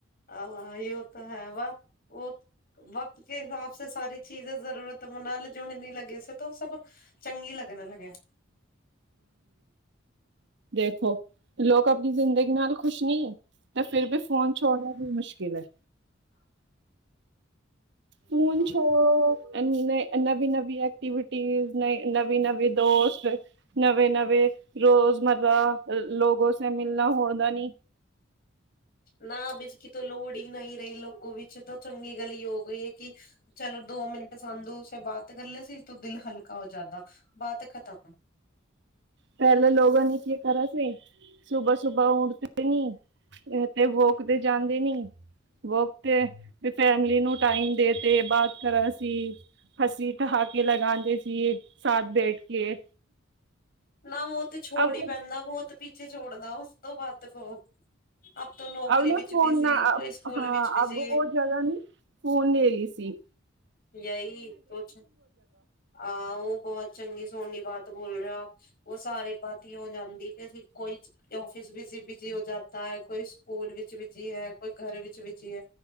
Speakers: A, on the left; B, on the right.
A: ਹਾਂ ਯੋ ਤੋ ਹੈ ਵਾ ਉਹ ਵਕਤ ਕੇ ਹਿਸਾਬ ਸ ਸਾਰੀ ਚੀਜ਼ ਜ਼ਰੂਰਤ ਮਨਾ ਲੇ ਜੋ ਨੀ ਲਗੇ ਸੋ ਤੋਂ ਸਭ ਚੰਗੀ ਲੱਗਣ ਲਗੈ।
B: ਦੇਖੋ, ਲੋਕ ਅਪਨੀ ਜ਼ਿੰਦਗੀ ਨਾਲ ਖੁਸ਼ ਨਹੀਂ। ਤੇ ਫਿਰ ਵੀ ਫੋਨ ਛੋੜਨਾ ਵੀ ਮੁਸ਼। <unintelligible> ਹੋਨ ਚੋ ਨਏ, ਨਵੀ-ਨਵੀ ਐਕਟੀਵਿ ਟੀਜ਼ ਨਵੀਂ-ਨਵੀਂ ਦੋਸਤ, ਨਵੇਂ ਨਵੇਂ ਰੋਜ਼ਮਰਾ ਲੋਗੋ ਸੇ ਮਿਲਨਾ ਹੋਂਦਾ ਨੀ।
A: ਨਾ ਅਬ ਇਸਕੀ ਤੋ ਲੋੜ ਹੀ ਨਹੀਂ ਰਹੀ ਲੋਗੋ ਵਿੱਚ ਤਾਂ ਚੰਗੀ ਗਲੀ ਹੋ ਗਈ। ਕੀ ਚਲੋ ਦੋ ਮਿੰਟ ਸਾਂਧੂ ਬਾਤ ਕਰ ਲੇ ਸੀ ਤੋ ਦਿਲ ਹਲਕਾ ਹੋ ਜਾਂਦਾ, ਬਾਤ ਖਤਮ।
B: ਪਹਿਲੇ ਲੋਗੋ ਨੇ ਕੀ ਕਰਾ ਸੇ? ਸੁਬਾਹ ਸੁਬਾਹ ਉਠਦੇ ਨੀ ਤੇ ਵੋਕ ਤੇ ਜਾਂਦੇ ਨੀ, ਵੋਕ ਤੇ ਫੈਮਲੀ ਨੂੰ ਟਾਈਮ ਦੇ ਤੇ ਬਾਦ ਕਰਾ ਸੀ, ਹਸੀ ਠਹਾਕੇ ਲਗਾਂਦੇ ਸੀ ਸਾਥ ਬੈਠ ਕੇ।
A: ਨਾ ਉਹ ਤੇ ਛੋੜ
B: ਅਬ
A: ਹੀ ਪੈਂਦਾ, ਬਹੁਤ ਪਿੱਛੇ ਛੋੜਦਾ, ਉਸ ਤੋਂ ਬਾਅਦ। <unintelligible> ਨੌਕਰੀ
B: ਅਬ ਨਾ
A: ਵਿੱਚ
B: ਫੋਨ
A: ਬਿਜ਼ੀ,
B: ਨਾ,
A: ਕੋਈ ਸਕੂਲ
B: ਹਾਂ
A: ਵਿੱਚ ਬਿਜ਼ੀ,
B: ਅਬ ਵੋ ਜਗ੍ਹਾ ਨੀ ਫੋਨ ਲੇ ਲੀ ਸੀ।
A: ਯਹੀ ਕੁਛ, ਆਹ ਉਹ ਬਹੁਤ ਚੰਗੀ ਸੋਹਨੀ ਬਾਤ ਬੋਲ ਰਹੇ ਆਪ। ਉਹ ਸਾਰੇ ਪਾਤੀ ਹੋ ਜਾਂਦੀ ਕਿ ਅਸੀਂ ਕੋਈ ਆਫਿਸ ਵਿੱਚ ਬਿਜੀ ਹੋ ਜਾਤਾ ਹੈ, ਕੋਈ ਸਕੂਲ ਵਿੱਚ ਬਿਜੀ ਹੈ, ਕੋਈ ਘਰ ਵਿੱਚ ਬਿਜੀ ਹੈ।